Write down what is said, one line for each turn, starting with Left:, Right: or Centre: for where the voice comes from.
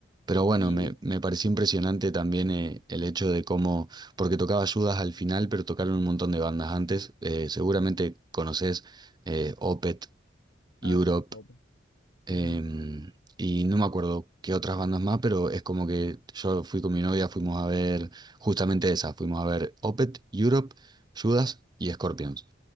Right: Pero bueno,
Left: Y,
Right: me, me pareció impresionante también eh, el hecho de cómo, porque tocaba Judas al final, pero tocaron un montón de bandas antes. Eh, seguramente conoces eh, Opeth, Europe,
Left: ah, sí, Open.
Right: em,
Left: Ujú.
Right: y no me acuerdo qué otras bandas más, pero es como que yo fui con mi novia, fuimos a ver justamente esa, fuimos a ver Opeth, Europe, Judas y Scorpions.